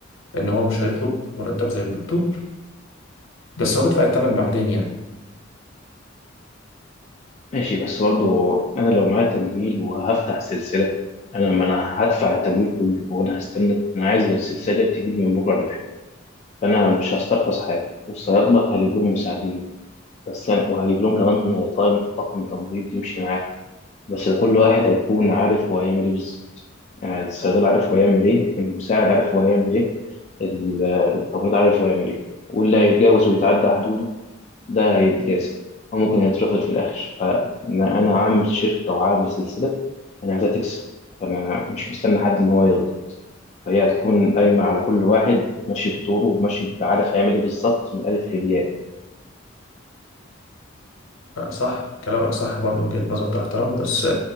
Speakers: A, on the left; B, on the left.
A: لان هو مش هيطلب مرتب زي الدكتور بس هو بيدفع الثمن بعدين يعني
B: ماشي بس برضه أنا لو معايا تمويل وهفتح سلسلة أنا ما أنا هدفع التمويل كله وأنا هستنى أنا عايز السلسلة دي تجيب لي من بكرة ربح فأنا مش هسترخص حاجة والصيادلة هجيب لهم مساعدين بس يعني وهجيب لهم كمان طاقم طاقم تمريض يمشي معاهم بس ده كل واحد هيكون عارف هو هيعمل ايه بالظبط يعني الصيدلي عارف هو هيعمل ايه المساعد عارف هو هيعمل ايه ال- التمريض عارف هو هيعمل ايه واللي هيتجاوز ويتعدى حدوده ده هيتجازى أو ممكن يترفض في الآخر فأنا أنا عامل شركة وعامل سلسلة أنا عايزها تكسب فأنا مش مستني حد إن هو يرضى فهي هتكون قايمة على كل واحد ماشي بدوره وماشي عارف هيعمل ايه بالظبط من الألف للياء
A: آه، صح كلامك صح برضه وجهة نظر تحترم بس